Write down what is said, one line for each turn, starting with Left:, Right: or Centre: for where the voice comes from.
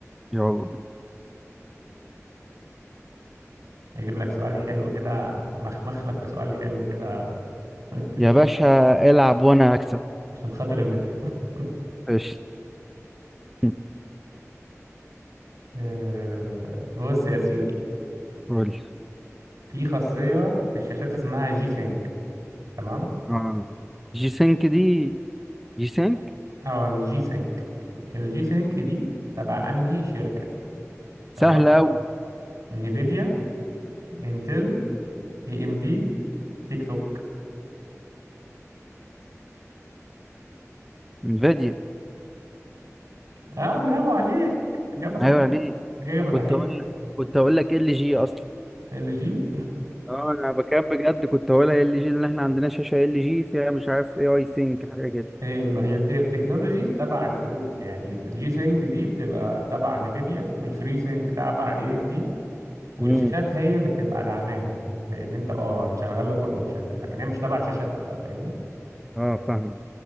Centre: يلا
Right: اجيب لك سؤال حلو كده مخمخ لك في سؤال حلو كده <laughs>
Centre: يا باشا العب وانا هكسب
Right: عشان خاطر المترو <laughs>
Centre: قشطة <laughs>
Right: آه، بص يا سيدي
Centre: قول
Right: في خاصية في الشاشات اسمها جي سينج تمام
Centre: اه جي سينك دي جي سينك
Right: اه الجي سينك الجي سينك دي تبع انهي شركة
Centre: سهلة
Right: تمام
Centre: أوي
Right: نيفيديا انتل اي ام دي تيك توك
Centre: انفيديا
Right: اه برافو عليك اجابة صحيحة
Centre: أيوة ليه
Right: اجابة صحيحة
Centre: كنت أقول لك كنت أقول لك ال جي أصلا
Right: الجي
Centre: اه أنا بكاب بجد كنت هقولها ال جي لأن إحنا عندنا شاشة ال جي فيها مش عارف اي أي سينك حاجة كده
Right: هي اللي هي الت- التكنولوجي تبع الكروت يعني الجي سينك دي بتبقى تبع نيفيديا والفري سينك تبع اي ام دي والشاشات
Centre: امم
Right: هي اللي بتبقى دعماها ان إن انت اه نشغل لك الاوبشن ده لكن هي مش تبع الشاشات نفسها فاهمني
Centre: اه فاهم